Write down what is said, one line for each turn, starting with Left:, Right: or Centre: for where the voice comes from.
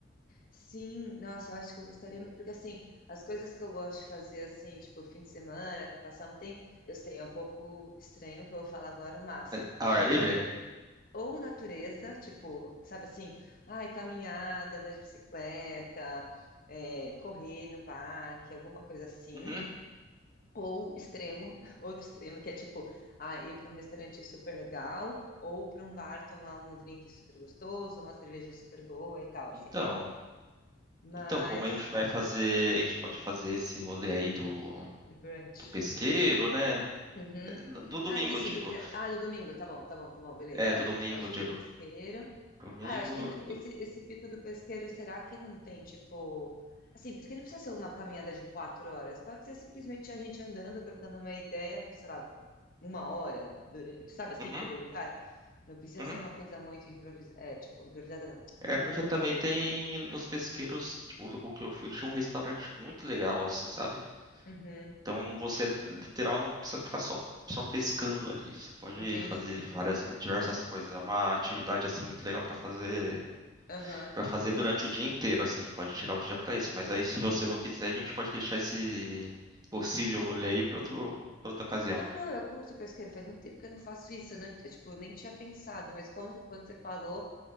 Left: Sim, nossa, eu acho que eu gostaria, me- porque assim, as coisas que eu gosto de fazer assim, tipo fim de semana, para passar um tempo, eu sei, é um pouco estranho o que eu vou falar agora, mas
Right: É, Ao ar
Left: envolvem
Right: livre?
Left: ou natureza, tipo, sabe assim, ai, caminhada, andar de bicicleta, é, correr no parque, alguma coisa assim,
Right: Uhum.
Left: ou extremo, <laughs> outro extremo, que é tipo, ah, ir para um restaurante super legal, ou para um bar tomar um drink super gostoso, uma cerveja super boa e tal,
Right: Então,
Left: assim. Mas
Right: então, como a gente vai fazer, a gente pode fazer esse rolê aí do,
Left: Do brunch.
Right: do pesqueiro, né?
Left: Uhum.
Right: No- Do domingo,
Left: Ah, isso,
Right: eu digo.
Left: do, br- ah, no domingo, tá bom, tá bom, tá bom, beleza.
Right: É, do
Left: Aí a
Right: domingo,
Left: gente pode
Right: eu
Left: fazer
Right: digo.
Left: o pesqueiro.
Right: Domingo.
Left: Ah, eu acho que
Right: do-
Left: esse, esse pico do pesqueiro, será que não tem, tipo. Assim, porque não precisa ser uma caminhada de quatro horas, pode ser simplesmente a gente andando, trocando uma ideia por, sei lá, uma hora, durante, sabe assim,
Right: Uhum,
Left: pelo lugar. Não precisa
Right: uhum.
Left: ser uma coisa muito improvisada, é, tipo, improvisada não, muito.
Right: É porque também tem nos
Left: Hum,
Right: pesqueiros, tipo, o que eu fui, tinha um restaurante muito legal, assim, sabe?
Left: Uhum,
Right: Então você literal não precisa ficar só, só pescando ali. Você pode
Left: entendi.
Right: fazer várias diversas coisas. É uma atividade assim muito legal para fazer
Left: Aham.
Right: para fazer durante o dia inteiro assim. Pode tirar o dia para isso. Mas aí se você não quiser, a gente pode deixar esse possível rolê aí para outro para outra ocasião.
Left: Não, não, eu curto pesqueiro. Faz muito tempo que eu não faço isso. Eu, não- eu, tipo, nem tinha pensado, mas como- quando você falou,